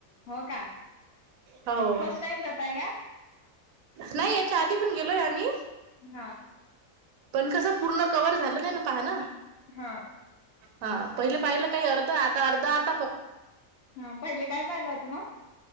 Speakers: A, on the left (about 60°); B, on the right (about 75°).
A: हो का
B: हो.
A: फर्स्ट टाईम जाताय का?
B: नाही याच्या आधी पण गेलोय आम्ही.
A: हा.
B: पण कसं पूर्ण कव्हर झालं नाही ना, पहा ना.
A: हा.
B: हा पहिले पाहिलं काही अर्ध आता अर्ध आत
A: हा पहिले काय पाहिला होतं मग?